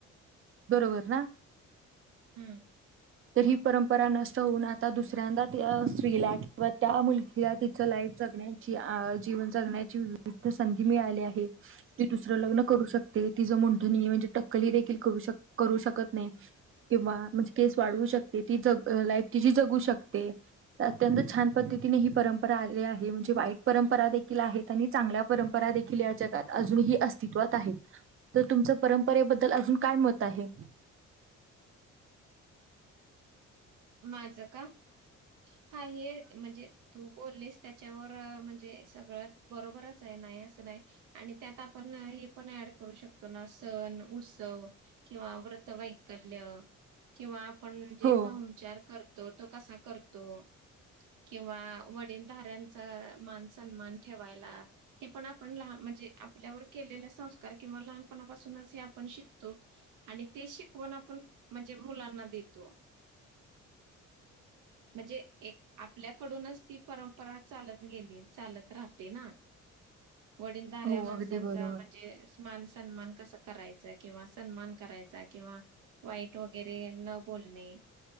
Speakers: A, on the right; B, on the right.
A: बरोबर ना?
B: हम्म.
A: तर ही परंपरा नष्ट होऊन आता दुसऱ्यांदा त्या स्त्रीला किंवा त्या मुलगी ति तिच लाईफ जगण्याची, आ जीवन जगण्याची <unintelligible> संधी मिळाली आहे. ती दुसरं लग्न करू शकते, तिज मुन म्हणजे टक्कली देखील करू शक करू शकत नाही. किंवा म्हणजे केस वाढवू शकते ती ज लाईफ तिची जगू शकते. अत्यंत छान पद्धतीने ही परंपरा आली आहे म्हणजे वाईट परंपरा देखील आहेत. चांगल्या परंपरा देखील या जगात अजूनही अस्तित्वात आहेत. तर तुमचं परंपरेबद्दल अजून काय मत आहे?
B: माझं का? हा हे म्हणजे तू बोललीस त्याच्यावर म्हणजे सगळं बरोबरच आहे नाही असं नाही. आणि त्यात आपण हे पण ऍड करू शकतो ना सण, उत्सव किंवा व्रतवैकल्य किंवा आपण जे
A: हो
B: पाहून विचार करतो तो कसा करतो? किंवा वडीलधाऱ्यांचा मान सन्मान ठेवायला हे पण आपण लहान म्हणजे आपल्यावर केलेले संस्कार किंवा लहानपणापासूनच हे आपण शिकतो. आणि ते शिकवण आपण म्हणजे मुलांना देतो. म्हणजे एक आपल्याकडूनच ती परंपरा चालत गेली आणि चालत राहते ना. वडीलधाऱ्या
A: हो
B: माणसांचा
A: अगदी बरोबर.
B: म्ह जे स्मान सन्मान कसां करायचा किंवा सन्मान करायचा किंवा वाईट वगैरे न बोलणे.